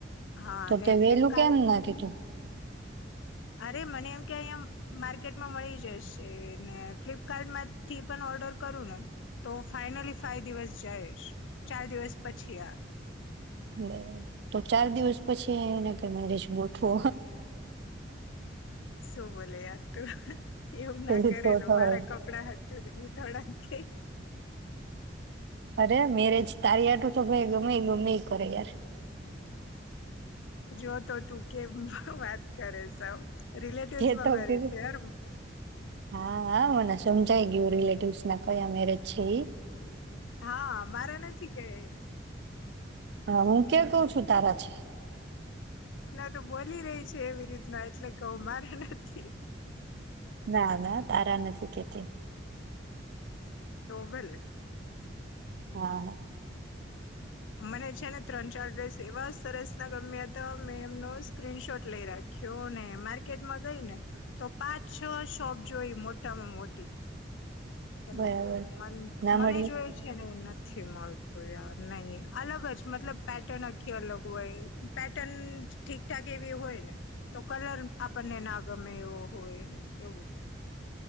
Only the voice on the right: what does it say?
તો
તે વેલું
કેમ ના કીધું.
બરાબર. તો ચાર દિવસ પછી એને કઈ મેરેજ ગોઠવો.
પેલું
તો થયો
અરે મેરેજ તારી આટું તો મેં ગમે ગમે એ કરે યાર,
જે
તો
કે
હા હા, મને સમજાઈ ગયું રિલેટિવસના કયા મેરેજ છે. એ
હ, હું કયા કઉ છું, તારા છે.
ના ના તારા નથી કેતી,
હા.
બરાબર
ના
મળ્યું